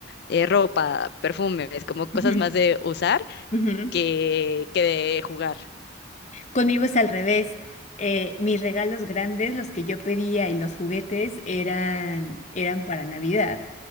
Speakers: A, on the left; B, on the left.
A: eh, ropa, perfumes, como cosas
B: Ujú.
A: más de usar
B: Ujú.
A: que, que de jugar.
B: Conmigo es al revés. Eh, mis regalos grandes, los que yo pedía y los juguetes eran, eran para Navidad